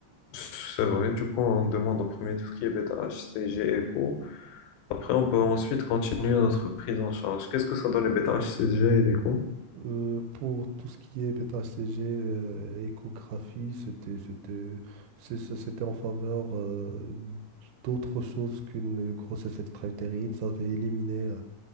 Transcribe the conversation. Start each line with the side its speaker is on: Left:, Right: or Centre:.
Left: C'est vrai, du coup, on demande en premier tout ce qui est bêta-HCG écho. Après, on peut ensuite continuer notre prise en charge. Qu'est-ce que ça donne les bêta-HCG et l'écho?
Right: Euh, pour tout ce qui est bêta-HCG, euh, échographie, c'était, c'était, c'est- c'est- c'était en faveur euh, d'autre chose qu'une grossesse extra-utérine. Ça avait éliminé euh,